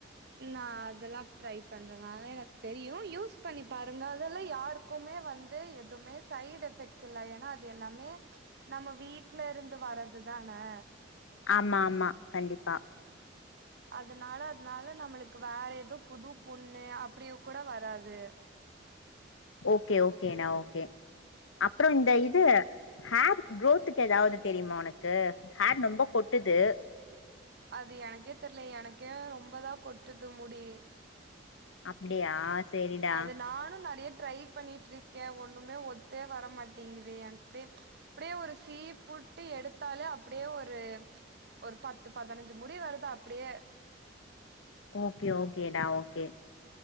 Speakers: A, on the right; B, on the left.
A: நா அதெல்லா ட்ரை பண்றேனால எனக் தெரியு யூஸ் பண்ணி பாருங்க அத யாருக்குமே வந்து எதுவுமே சைட் எஃபெக்ட்ஸ் இல்ல ஏன்னா அது எல்லாமே நம்ம வீட்ல இருந்து வற்றது தானே
B: ஆமா ஆமா கண்டிப்பா
A: அதனால அதனால நம்மளுக் வேற ஏதோ புது பொண்ணு அப்படியு கூட வராது
B: ஓகே ஓகேண்ணா ஓகே அப்புறோ இந்த இது ஹேர் குரோத்துக்கு எதாவது தெரியுமா உனக்கு ஹேர் ரொம்ப கொட்டுது
A: அது எனக்கே தெரிலயே எனக்கே ரொம்பதா கொட்டுது முடி
B: அப்டியா சேரிடா
A: அது நானு நிறைய ட்ரை பண்ணிட்ருக்கே ஒண்ணுமே ஒத்தே வரமாட்டேங்கிது எனக் அப்டியே ப்படியே ஒரு சீ புட்டு எடுத்தாலே அப்படியே ஒரு ஒரு பத்து பதினஞ்சு முடி வருது அப்டியே
B: ஓகே ஓகேடா ஓகே